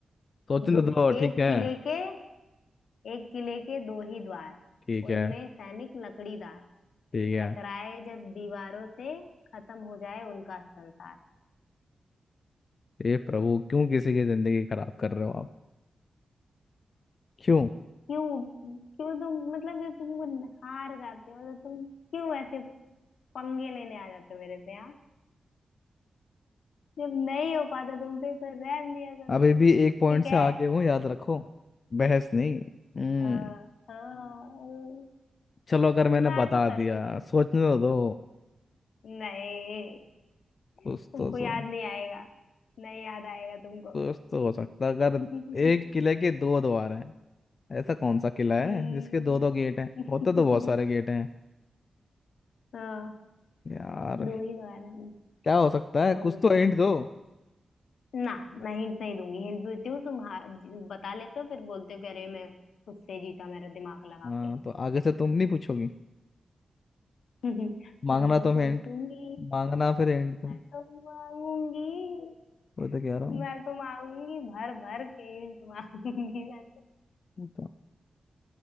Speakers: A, on the left; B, on the left.
A: सोचने
B: दो
A: तो दो
B: एक
A: ठीक है
B: किले के एक किले के दो ही द्वार
A: ठीक है
B: उनमें सैनिक लकड़ीदार
A: ठीक है
B: टकराए जब दीवारों से खत्म हो जाए उनका संसार
A: हे प्रभु क्यों किसी की जिंदगी खराब कर रहे हो आप क्यों
B: क्यों क्यों तुम मतलब जब तुम हार जाते हो तो तुम क्यों ऐसे पंगे लेने आ जाते हो मेरे से हाँ जब नहीं हो पाता तुमसे तो रहन दिया करो
A: अभी भी एक पॉइंट
B: ठीक
A: से
B: है
A: आगे हूँ याद रखो बहस नहीं हम्म
B: हाँ हाँ
A: चलो अगर मैंने
B: मैं
A: बता
B: तो करूंगी
A: दिया सोचने तो दो
B: नहीं
A: कुछ
B: तुमको
A: तो सो
B: याद नहीं आएगा नहीं याद आएगा तुमको
A: कुछ तो हो सकता अगर
B: <laughs>
A: एक किले के दो द्वार हैं ऐसा कौन सा किला
B: हम्म,
A: है जिसके दो दो गेट हैं होते
B: <laughs>
A: तो बहुत सारे गेट हैं
B: हाँ
A: यार
B: दो ही दोबारा
A: क्या हो सकता है कुछ
B: बोलो
A: तो
B: बोलो
A: हिंट दो
B: ना मैं हिंट नहीं दूंगी हिंट देती हूँ तुम हा- जी- बता लेते हो फिर बोलते हो कि अरे मैं उससे जीता मेरा दिमाग लगा
A: हाँ
B: के
A: तो आगे से तुम नहीं पूछोगी
B: <laughs>
A: मांगना
B: मैं तो
A: तुम
B: पूछूंगी
A: हिंट मांगना फिर हिंट तुम
B: मैं तो मांगूंगी
A: वो तो कह रहा हूँ
B: मैं तो मांगूंगी भर भर के हिंट मांगूंगी मैं तो
A: वो तो